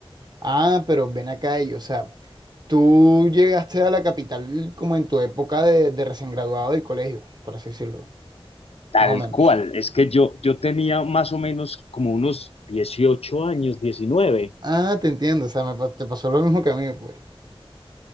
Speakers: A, on the right; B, on the left.
A: Ah, pero ven acá y, o sea, tú llegaste a la capital como en tu época de, de recién graduado del colegio, por así decirlo,
B: Tal
A: más o menos.
B: cual, es que yo, yo tenía más o menos como unos 18 años, 19
A: Ah, te entiendo, o sea, me pa- te pasó lo mismo que a mí, pues.